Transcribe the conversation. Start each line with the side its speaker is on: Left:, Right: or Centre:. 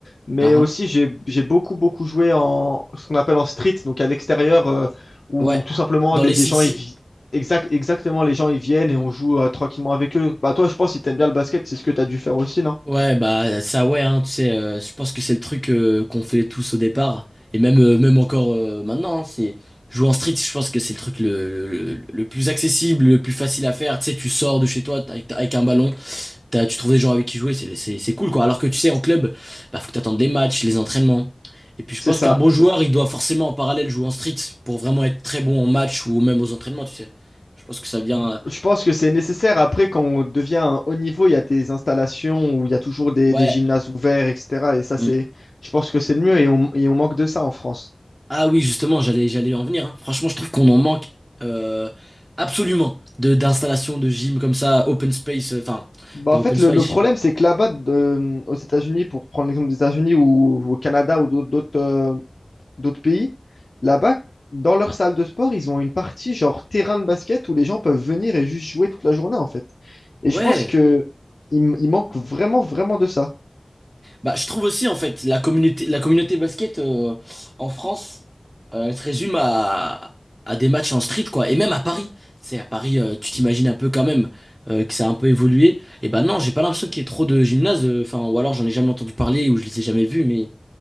Left: mais
Right: Ah,
Left: aussi
Right: ah.
Left: j'ai j'ai beaucoup beaucoup joué en ce qu'on appelle en street, donc à l'extérieur euh, où
Right: Ouais,
Left: tout simplement
Right: dans
Left: des,
Right: les
Left: des
Right: cities.
Left: gens ils vi- exact exactement les gens ils viennent
Right: Mhm.
Left: et on joue euh, tranquillement avec eux. Bah toi, je pense si t'aimes bien le basket, c'est ce que t'as dû faire aussi, non?
Right: Ouais, bah ça ouais, hein, tu sais, euh, je pense que c'est le truc euh, qu'on fait tous au départ, et même, euh, même encore euh, maintenant, hein, c'est jouer en street, je pense que c'est le truc le, le, le plus accessible, le plus facile à faire, tu sais, tu sors de chez toi t'as- avec, avec un ballon, t'as, tu trouves des gens avec qui jouer, c'est, c'est, c'est cool quoi, alors que tu sais, en club, bah faut que t'attendes les matchs, les entraînements, et puis je
Left: C'est
Right: pense
Left: ça.
Right: qu'un bon joueur, il doit forcément en parallèle jouer en street, pour vraiment être très bon en match ou même aux entraînements, tu sais, je pense que ça vient, euh,
Left: Je pense que c'est nécessaire. Après, quand on devient un haut niveau, il y a des installations où il y a toujours des,
Right: ouais.
Left: des gymnases ouverts, etc. Et ça, c'est,
Right: mm.
Left: je pense que c'est le mieux et on, et on manque de ça en France.
Right: Ah oui, justement, j'allais j'allais en venir. hein. Franchement, je trouve qu'on en manque euh, absolument de d'installations de gym comme ça, open space, euh, enfin
Left: Bah,
Right: pas
Left: en fait,
Right: open space,
Left: le, le
Right: je
Left: problème,
Right: sais pas.
Left: c'est que là-bas, de- aux États-Unis, pour prendre l'exemple des États-Unis ou, ou au Canada ou d'autres d'autres euh, d'autres pays, là-bas, dans leur salle de sport, ils ont une partie genre terrain de basket où les gens peuvent venir et juste jouer toute la journée, en fait. Et
Right: Ouais.
Left: je pense que il, m- il manque vraiment, vraiment de ça.
Right: Bah, je trouve aussi en fait la communauté la communauté basket euh, en France, euh, elle se résume à à des matchs en street quoi, et même à Paris. Tu sais, à Paris, euh, tu t'imagines un peu quand même euh, que ça a un peu évolué. Et ben non, j'ai pas l'impression qu'il y ait trop de gymnases, euh, enfin ou alors j'en ai jamais entendu parler ou je les ai jamais vus, mais